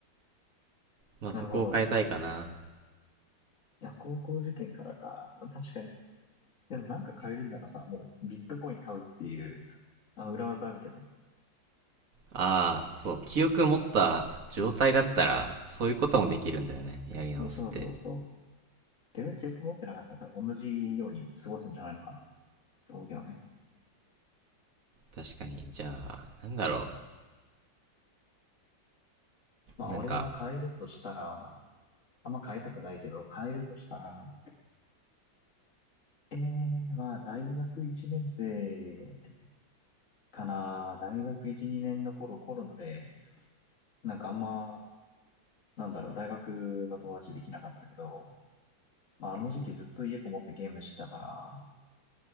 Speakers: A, on the right; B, on the left.
A: まあ、
B: なるほど。
A: そこを変えたいかな。
B: いや、高校受験からか。確かに。でもなんか変えるんならさ、もうビットコイン買うっていう、あ、裏技あるけど。
A: ああ、そう、記憶持った状態だったら、そういうこともできるんだよね。やり直すって。
B: そうそうそう。自分記憶持ってなかったら多分同じように過ごすんじゃないのかな。道京をね。
A: 確かに。じゃあ、なんだろ
B: まあ、
A: う。なんか、
B: 俺が変えるとしたら、あんま変えたくないけど、変えるとしたら、えー、まあ、大学1年生かな。大学1、2年の頃コロナで、なんかあんま、なんだろう、大学の友達できなかったけど、まあ、あの時期ずっと家こもってゲームしてたから、